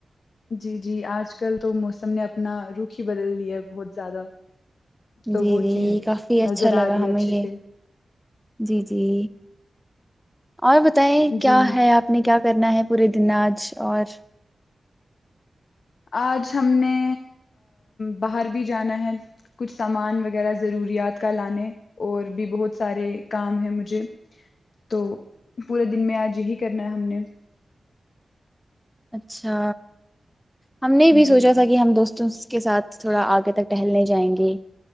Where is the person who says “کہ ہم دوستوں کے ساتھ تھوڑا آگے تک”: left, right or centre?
Centre